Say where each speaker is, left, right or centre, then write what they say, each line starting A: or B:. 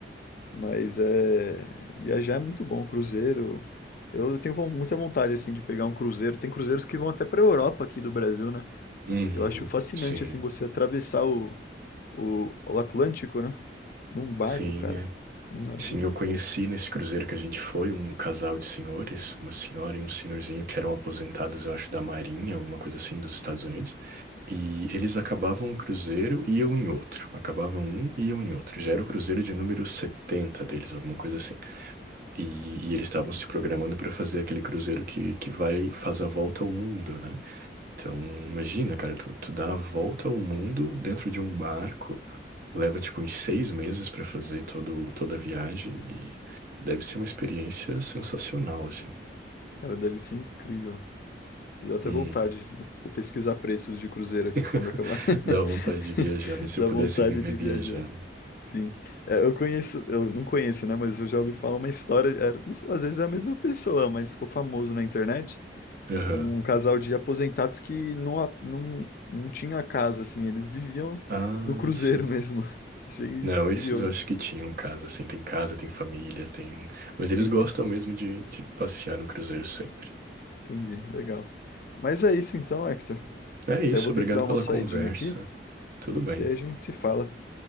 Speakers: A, on the left; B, on the right.
A: mas é viajar é muito bom, cruzeiro. Eu eu tenho von- muita vontade assim de pegar um cruzeiro. Tem cruzeiros que vão até para Europa aqui do Brasil, né?
B: Uhum,
A: Eu acho fascinante
B: sim.
A: assim você atravessar o, o, o Atlântico, né? Num barco,
B: Sim,
A: cara,
B: é.
A: num navio.
B: Sim, eu conheci nesse cruzeiro que a gente foi um casal de senhores, uma senhora e um senhorzinho que eram aposentados, eu acho, da Marinha, alguma coisa assim, dos Estados Unidos. E eles acabavam um cruzeiro e eu em outro. Acabavam um e eu em outro. Já era o cruzeiro de número 70 deles, alguma coisa assim. E, e eles estavam se programando para fazer aquele cruzeiro que, que vai, faz a volta ao mundo, né? Então, imagina, cara, tu, tu dá a volta ao mundo dentro de um barco Leva tipo uns seis meses pra fazer todo, toda a viagem e deve ser uma experiência sensacional, assim.
A: Cara, deve ser incrível. Deu até
B: Hum.
A: vontade. Vou pesquisar preços de cruzeiro aqui
B: <laughs>
A: quando acabar. <laughs> <laughs>
B: Dá vontade de viajar, né? Se
A: Dá
B: eu pudesse
A: vontade
B: viver
A: de
B: viajando.
A: viajar. Sim. É, eu conheço, eu não conheço, né? Mas eu já ouvi falar uma história. era- não sei, às vezes é a mesma pessoa, mas ficou famoso na internet.
B: Aham.
A: Um casal de aposentados que não, a- não, não tinha casa, assim. Eles viviam
B: Ah,
A: no cruzeiro
B: sim.
A: mesmo. <laughs> Achei
B: Não,
A: curioso.
B: esses eu acho que tinham casa, assim. Tem casa, tem família, tem. Mas eles
A: Entendi,
B: gostam mesmo de, de passear no cruzeiro sempre.
A: entendi. Legal. Mas é isso então, Hector.
B: É isso,
A: Eu vou
B: obrigado
A: ter que dar
B: pela
A: uma saidinha
B: conversa.
A: aqui.
B: Tudo bem.
A: Daí a gente se fala.